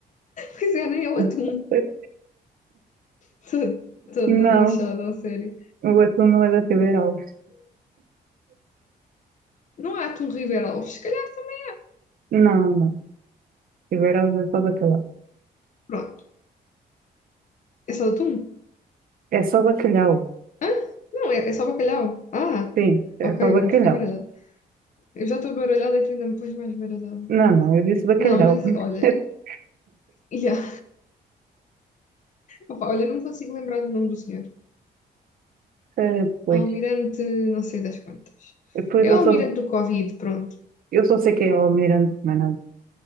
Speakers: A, on the left (about 50°); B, on the right (about 65°).
A: Pois é, nem é o atum.
B: Ah, <laughs>
A: Estou toda
B: Não,
A: lixada, a sério.
B: o atum não é da Figueiredo.
A: Não há atum Ribeiro Alves, se calhar também.
B: Não, não. Figueiredo é só bacalhau.
A: Pronto, é só atum?
B: É só bacalhau.
A: Hã? Não, é, é só bacalhau. Ah,
B: Sim, é
A: ok,
B: só bacalhau.
A: agora fiquei baralhada. Eu já estou baralhada e tu ainda me pões mais baralhada.
B: Não, não, eu disse bacalhau.
A: Não, mas olha,
B: <laughs>
A: Yeah. Opa, olha, não me consigo lembrar do nome do senhor.
B: Ah, Pois,
A: Almirante, não sei das quantas.
B: Depois
A: É
B: eu
A: o
B: só,
A: almirante do Covid, pronto.
B: eu só sei que é o almirante, mas não.